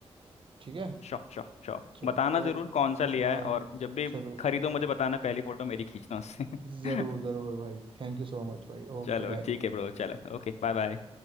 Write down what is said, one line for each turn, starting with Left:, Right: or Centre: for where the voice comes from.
Right: ठीक है
Left: शॉ शॉ शॉ
Right: चलो
Left: बताना
Right: ओ
Left: जरूर कौन सा लिया
Right: हाँ
Left: है और जब भी
Right: जरूर
Left: खरीदो मुझे बताना पहली फोटो मेरी खींचना उससे <laughs>
Right: जरूर जरूर भाई थैंक यू सो मच भाई ओके
Left: चलो
Right: बाय
Left: ठीक है ब्रो चलो ओके बाय बाय